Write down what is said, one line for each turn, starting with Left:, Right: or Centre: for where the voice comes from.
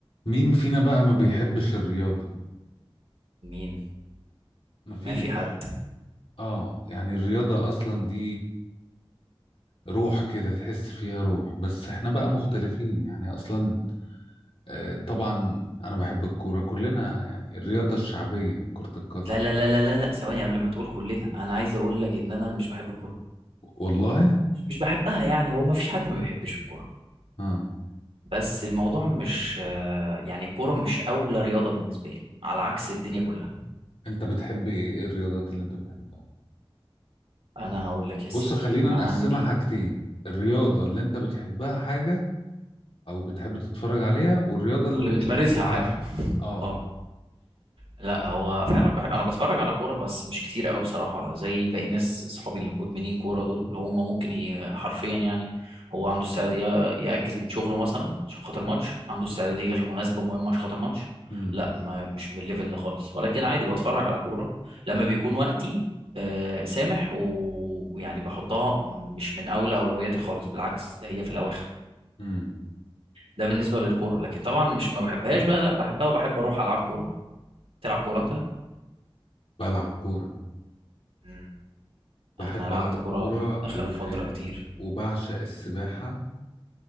Left: مين فينا بقى ما بيحبش الرياضة
Right: مين
Left: مفيش
Right: ما في حد
Left: اه يعني الرياضة اصلا دي روح كده تحس فيها روح بس احنا بقى مختلفين يعني اصلا آه طبعا انا بحب الكورة كلنا يعني الرياضة الشعبية كرة القدم
Right: لا لا لا لا لا لا ثواني قبل ما تقول كلنا انا عايز اقول لك ان انا مش بحب الكوره
Left: والله
Right: مش مش بحبها يعني هو ما فيش حد ما بيحبش الكوره
Left: اه
Right: بس الموضوع مش آه، يعني الكوره مش اولى رياضه بالنسبه لي على عكس الدنيا كلها
Left: انت بتحب ايه إيه الرياضات اللي انت بتحبها
Right: انا هقول لك يا
Left: بص
Right: سيدي
Left: خلينا
Right: انا
Left: نقسمها
Right: عندي
Left: حاجتين الرياضة اللي انت بتحبها حاجة او بتحب تتفرج عليها والرياضة اللي,
Right: واللي بتمارسها
Left: اللي بتلعبها
Right: حاجه
Left: اه
Right: اه لا هو فعلا ب... انا بتفرج على كوره بس مش كتير قوي بصراحه زي باقي الناس اصحابي اللي مدمنين كوره دول اللي هم ممكن ي... حرفيا يعني هو عنده استعداد ي... ياجز من شغله مثلا عشان خاطر ماتش عنده استعداد يلغي مناسبه مهمه عشان خاطر ماتش
Left: امم
Right: لا ما... مش من الليفل ده خالص ولكن عادي بتفرج على كوره لما بيكون وقتي آه سامح و- ويعني بحطها مش من اولى اولوياتي خالص بالعكس ده هي في الاواخر
Left: امم
Right: ده بالنسبه للكوره لكن طبعا مش ما بحبهاش بقى لا بحبها وبحب اروح العب كوره تلعب كوره انت
Left: بلعب كورة
Right: مم.
Left: بحب
Right: انا لعبت
Left: ألعب
Right: كوره
Left: كورة
Right: اخر
Left: و...
Right: فتره كتير
Left: وبعشق السباحة